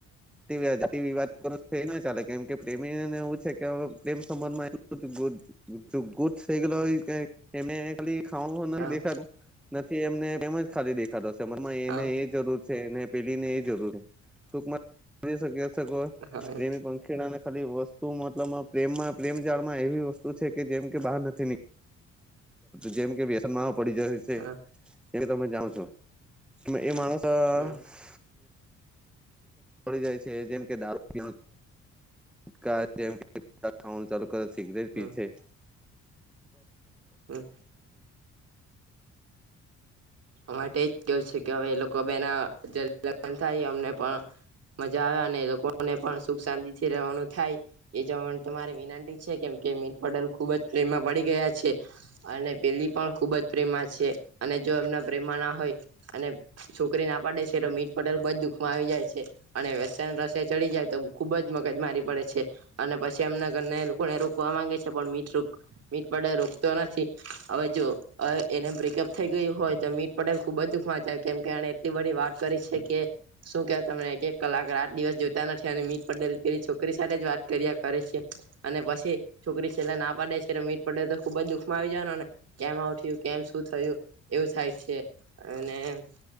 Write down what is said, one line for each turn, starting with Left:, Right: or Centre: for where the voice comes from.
Centre: વી વાત કરો થઈ ને ચાલે કેમ કે પ્રેમીને એવું છે કે પ્રેમ સંબંધમાં ગટ ગુટ થે ગલો હમ ખાલી ખા હ
Right: હા
Centre: દેખાું. <inaudible> <unintelligible> નથી એમને એમજ ખાલી દેખાડો હશે મનમાં
Right: હા
Centre: એને એ જરૂર છે ને પેલી ને એ જરૂરી ટૂંકમાં
Right: હવે
Centre: પ્રમી પંખીડાને ખાલી વસ્તુ મતલબ પ્રેમમાં પ્રેમ જાળમાં એવી વસ્તુ છે કે જેમ કે બહાર નથી નીકળતી જેમ કે વ્યસનમાં <unintelligible>
Right: હા હા હમ
Centre: જાય છે જેમ કે દારૂ જે <inaudible> ચાલુ. સિગરેટ
Right: હમ.
Centre: પી કે <inaudible>
Right: હમ અ માટે એજ કેવું છે કે હવે એ લોકો બેના જ થાય અમને પણ મજા આવે અને લોકોને પણ સુખ શાંતિ થી રહેવાનું થાય એ જવા તમારે વિનંતી છે કે કે મીત પટેલ ખુબ જ પ્રેમમાં પડી ગયા છે અને પેલી પણ ખુબ જ પ્રેમમાં છે અને જો એમના પ્રેમમાં ના હોય અને છોકરી ના પાડે છે તો મીટ પટેલ બ જ દુખમાં આવી જાય છે અને ર ચડી જાય તો ખુબ જ મગજ મારી પડે છે અને પછી એમના ઘર એ લોકોને રોકવા માંગે છે પણ મ મીટ પડ રોકતો નથી હવે જો એને બ્રેકઅપ થઈ ગયું હોય મીટ પટેલ ખુબ જ દુખ કેમ કે એ એટલી બધી વાત કરી છે કે શું કે તમને એક એક કલાક આ દિવસ જોતા નથી અને મીટ પે પે છોકરી સાથે જ વાત કરી્યા કરે છે અને પછી છોકરી પલા ના પાડી ડે છે મીત પટેલ તો ખુબ જ દુખમાં આવી જવાનો ને કેમ આવઠયું કેમ શું થયું એવું થાય. અને